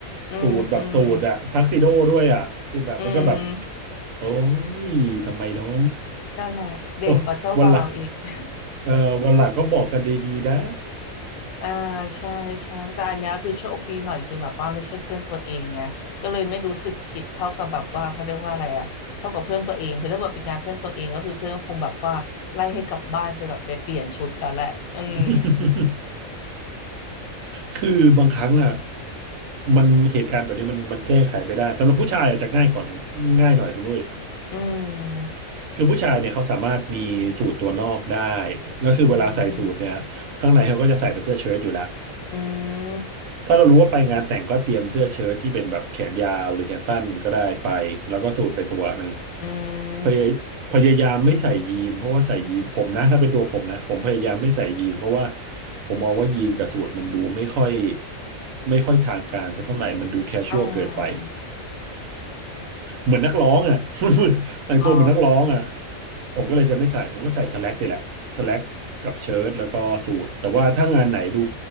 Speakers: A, on the left; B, on the right.
A: อืมอืม
B: สูทแบบสูทอ่ะทักซิโดด้วยอ่ะคือแบบมันก็แบบ
A: อืม
B: โอ้ยทำไมเนาะ
A: นั่นแหละเด่นกว่าเจ้าบ่าวอีก
B: <laughs> วันหลัง
A: <laughs>
B: เออวันหลังก็บอกกันดีๆนะ
A: อ่าใช่ใช่แต่อันเนี้ยคือโชคดีหน่อยคือแบบว่าไม่ใช่เพื่อนตัวเองไงก็เลยไม่รู้สึกผิดเท่ากับแบบว่าเขาเรียกว่าอะไรอะเท่ากับเพื่อนตัวเองคือถ้าเกิดเป็นงานเพื่อนตัวเองก็คือเพื่อนคงแบบว่าไล่ให้กลับบ้านไปแบบไปเปลี่ยนชุดแล้วแหละอืม
B: <laughs> คือบางครั้งอ่ะมันเหตุการณ์แบบนี้มันมันแก้ไขไม่ได้สำหรับผู้ชายอาจจะง่ายก่อนคุณง่ายหน่อยคุณด้วย
A: อืม
B: คือผู้ชายเนี่ยเขาสามารถมีสูทตัวนอกได้แล้วคือเวลาใส่สูทเนี่ยข้างในเขาก็จะใส่เป็นเสื้อเชิ้ตอยู่ละ
A: อืมอืม
B: ถ้าเรารู้ว่าไปงานแต่งก็เตรียมเสื้อเชิ้ตที่เป็นแบบแขนยาวหรือแขนสั้นก็ได้ไปแล้วก็สูทไปตัวหนึ่ง
A: อื
B: พยายพยายามไม่ใส่ยีนเพราะว่าใส่ยีนผมนะถ้าเป็นตัวผมนะผมพยายามไม่ใส่ยีนเพราะว่า
A: ม
B: ผมมองว่ายีนกับสูทมันดูไม่ค่อยไม่ค่อยทางการสักเท่าไหร่มันดูแคชชวลเกินไป
A: อ่า
B: เหมือนนักร้องอ่ะ <laughs> แต่งตัวเหมือนนักร้องอ่ะ
A: อ๋อ
B: ผมก็เลยจะไม่ใส่ผมก็ใส่สแล็กนี่แหละสแล็กกับเชิ้ตแล้วก็สูทแต่ว่าถ้างานไหนดู